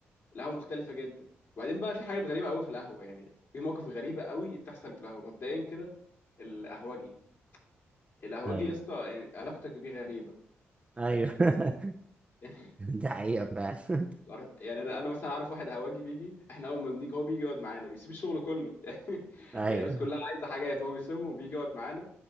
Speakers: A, on the left; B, on the right.
A: القهوه مختلفه جدا وبعدين بقى في حاجات غريبه قوي في القهوه يعني في مواقف غريبه قوي بتحصل في القهوه مبدئيا كده القهوجي القهوجي
B: ايوه
A: يا اسطى يعني علاقتك بيه غريبه
B: ايوه <laughs>
A: <laughs> يعني
B: دي حقيقه فعلا
A: بعرف- يعني انا انا مثلا اعرف واحد قهوجي بيجي احنا اول ما بنيجي هو بيجي يقعد معانا بيسيب الشغل كله <laughs> يعني
B: <laughs> ايوه
A: يعني الناس كلها عايزه حاجات هو بيسيبهم وبيجي يقعد معانا